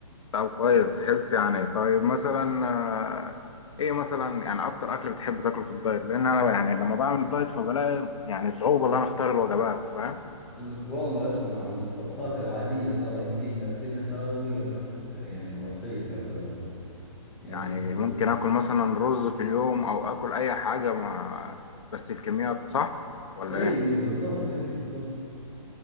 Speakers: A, on the left; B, in the centre.
A: طب كويس هيلث يعني طيب مثلا آه، ايه مثلا يعني اكتر اكل بتحب تاكله في الدايت لان انا يعني لما بعمل دايت فبلاقي يعني صعوبه ان انا اختار الوجبات فاهم
B: ال- والله اسمع الطبخات العادية ترى يمديك تاكلها وهي ما تأثر يعني صحية تعتبر يعني
A: يعني
B: مثل-
A: ممكن اكل مثلا رز في اليوم او اكل اي حاجه مع بس الكميات صح ولا
B: اي
A: ايه
B: بالضبط اي بالضبط